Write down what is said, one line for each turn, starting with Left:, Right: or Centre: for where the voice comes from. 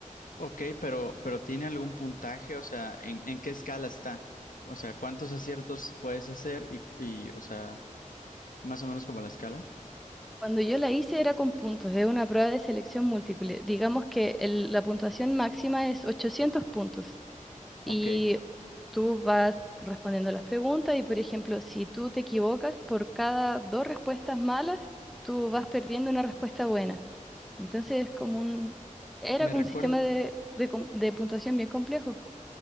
Left: Ok, pero, pero ¿tiene algún puntaje? O sea, ¿en, en qué escala está? O sea, ¿cuántos aciertos puedes hacer? Y, y, o sea, más o menos como la escala.
Centre: Cuando yo la hice era con puntos, es una prueba de selección múltiple. Digamos que el- la puntuación máxima es 800 puntos y
Left: Ok.
Centre: tú vas respondiendo las preguntas y, por ejemplo, si tú te equivocas por cada dos respuestas malas, tú vas perdiendo una respuesta buena. Entonces es como un, era
Left: Me
Centre: como
Left: recuerda,
Centre: un sistema de, de com- de puntuación bien complejo.